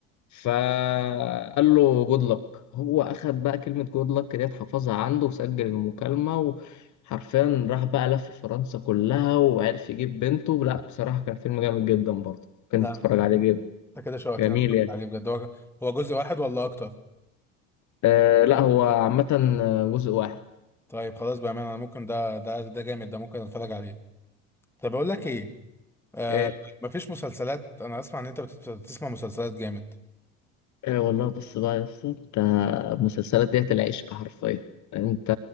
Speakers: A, on the left; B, in the centre.
A: فقال له جود لك هو اخد بقى كلمه جود لك ديت حفظها عنده وسجل المكالمه وحرفيا راح بقى لف فرنسا كلها وعرف يجيب بنته لا بصراحه كان فيلم جامد جدا برضه كان
B: لا
A: تتفرج عليه جدا
B: انت كده شوقتني
A: جميل
B: اتفرج
A: يعني
B: عليه بجد هو هو جزء واحد ولا اكتر؟
A: آه لا هو عامه جزء واحد
B: طيب خلاص بامانه انا ممكن ده ده ده جامد ده ممكن اتفرج عليه طب اقول لك ايه؟ آه
A: آه
B: مفيش مسلسلات انا اسمع ان انت بت- بتسمع مسلسلات جامد
A: آه والله بص بقى يا اسطى انت المسلسلات ديت العشق حرفيا انت